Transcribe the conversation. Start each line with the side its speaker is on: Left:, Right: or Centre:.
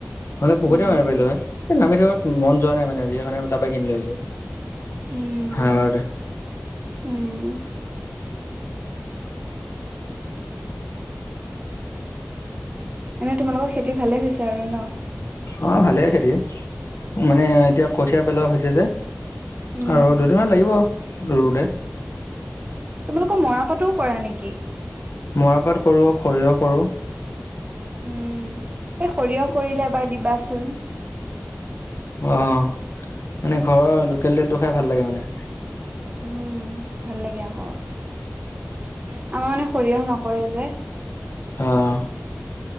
Left: মানে পুখুৰীতে
Right: উম।
Left: মাৰিব পাৰিলো হয়েই নামি থাকিব মন যোৱা নাই মানে আজ সেই কাৰণে তাৰ পৰা কিনিলৈ আহিলো
Right: উম
Left: চাৰে বাৰটা
Right: উম এনে তোমালোকৰ খেতি ভালে হৈছে আৰু ন।
Left: অ ভালে খেতি মানে এতিয়া কঠিয় পেলোৱা হৈছে যে।
Right: উম
Left: আৰু দুদিনমান লাগিব ৰুওতে
Right: তোমালোকৰ মৰাপাতোও কৰা নেকি?
Left: মৰাপাট, কৰোঁ সৰিয়হ, কৰোঁ।
Right: উম এই সৰিয়হ কৰিলে এবাৰ দিবাচোন।
Left: অ মানে ঘৰৰ লোকেল তেলটো খাই ভাল লাগে মানে।
Right: উম ভাল লাগে আকৌ আমাৰ মানে সৰিয়হ নকৰে যে।
Left: অঁ